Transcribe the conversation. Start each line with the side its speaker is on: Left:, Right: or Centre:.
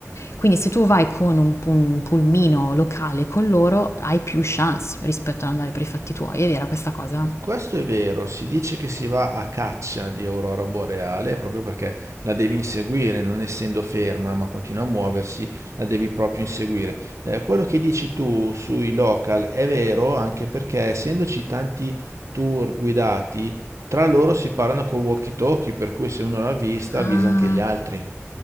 Left: Quindi se tu vai con un, pu- un pulmino locale con loro hai più chance rispetto ad andare per i fatti tuoi, è vera questa cosa?
Right: Questo è vero, si dice che si va a caccia di aurora boreale proprio perché la devi inseguire, non essendo ferma ma continua a muoversi, la devi proprio inseguire. Eh, quello che dici tu sui local è vero anche perché essendoci tanti tour guidati, tra loro si parlano col walkie-talkie, per cui se uno l'ha vista
Left: Ah,
Right: avvisa anche gli altri.